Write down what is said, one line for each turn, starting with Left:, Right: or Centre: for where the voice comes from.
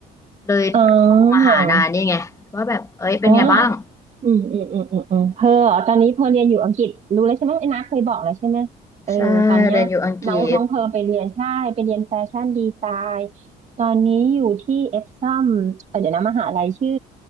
Left: เลยโทรมาหานานี่ไงว่าแบบเอ้ยเป็นไงบ้าง
Right: อ๋อ อ๋ออืมอืมอืมอืมอืมเพออ๋อตอนนี้เพอเรียนอยู่อังกฤษรู้แล้วใช่ไหมไอ้นัทเคยบอกแล้วใช่ไหมเออตอนเนี้ย
Left: ใช่เรียนอยู่อังกฤษ
Right: น้องน้องเพอไปเรียนใช่ ไปเรียนแฟชั่นดีไซน์ ตอนนี้อยู่ที่เอ็กซัมเออเดี๋ยวนะมหาลัยชื่อ